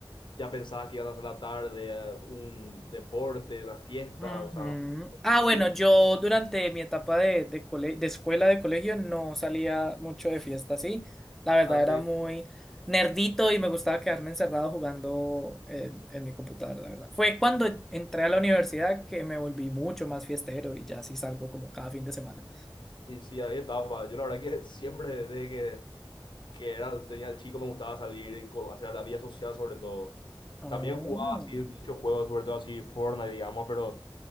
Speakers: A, on the left; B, in the centre.
A: ya pensabas que iban a hacer la tarde, eh, un deporte, la fiesta,
B: Ujú.
A: o sea,
B: Ah,
A: muy,
B: bueno, yo durante mi etapa de, de, cole- de escuela, de colegio, no salía mucho de fiesta, sí. La verdad
A: así
B: era muy nerdito y me gustaba quedarme encerrado jugando en, en mi computadora, la verdad. Fue cuando entré a la universidad que me volví mucho más fiestero y ya sí salgo como cada fin de semana.
A: Y sí, había etapas. Yo la verdad que <laughs> siempre desde que, que era, tenía chico me gustaba salir, co- hacer la vida social sobre todo.
B: Oh,
A: También jugaba así muchos juegos, sobre todo así Fortnite, digamos, pero